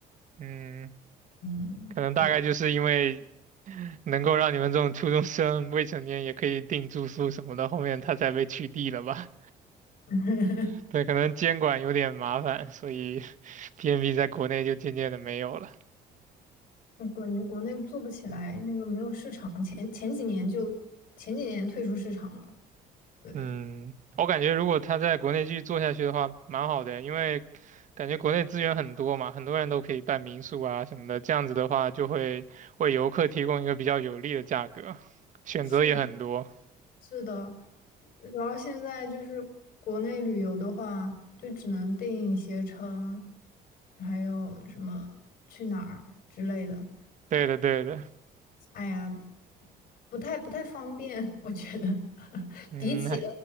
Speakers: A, on the right; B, on the left.
A: 嗯。
B: 嗯，
A: 可能大概就是因为
B: 对，
A: 能够让你们这种初中生、未成年也可以订住宿什么的，后面他才被取缔了吧？
B: <laughs>
A: <laughs> 对，可能监管有点麻烦，所以 <laughs> PMB 在国内就渐渐的没有了。
B: 我感觉国内做不起来，那个没有市场，前前几年就前几年退出市场了。对，
A: 嗯，我感觉如果他在国内继续做下去的话，蛮好的，因为感觉国内资源很多嘛，很多人都可以办民宿啊什么的，这样子的话就会为游客提供一个比较有利的价格，选择也很多。
B: 是是的，然后现在就是国内旅游的话，就只能定携程，还有什么去哪儿之类的。
A: 对的，对的，
B: 哎呀，不太不太方便，我觉得 <laughs>
A: 嗯。
B: 比起